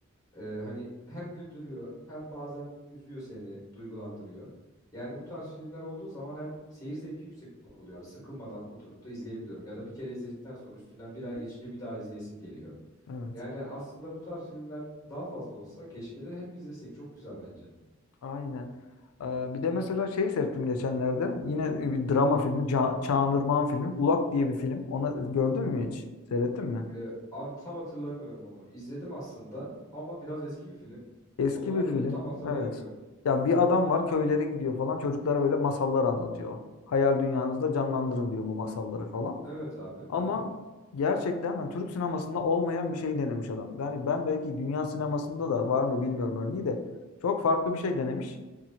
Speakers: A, on the left (about 15°); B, on the left (about 85°).
A: Ee, hani hem güldürüyor hem bazen üzüyor seni, duygulandırıyor. Yani bu tarz filmler olduğu zaman hem seyir zevki yüksek oluyor. Abi sıkılmadan oturup da izleyebiliyorum. Ya da bir kere izledikten sonra üstünden bir ay geçince bir daha izleyesim geliyor.
B: Evet.
A: Yani aslında bu tarz filmler daha fazla olsa keşke de hep izlesek. Çok güzel bence.
B: Aynen. Ee, bir de mesela şeyi seyrettim geçenlerde. Yine bir drama filmi. Ça Çağan Irmak'ın filmi. Ulak diye bir film. ona gördün mü hiç? Seyrettin mi?
A: Ee, abi tam hatırlamıyorum onu. İzledim aslında ama biraz eski bir film.
B: Eski
A: Ondan
B: bir
A: dolayı
B: film.
A: tam hatırlayamıyorum.
B: Evet. Ya bir adam var köylere gidiyor falan. Çocuklara böyle masallar anlatıyor. Hayal dünyanızda canlandırın diyor bu masalları falan.
A: Evet abi.
B: Ama
A: Hı hı.
B: gerçekten hani Türk sinemasında olmayan bir şey denemiş adam. Yani ben belki dünya sinemasında da var mı bilmiyorum örneği de çok farklı bir şey denemiş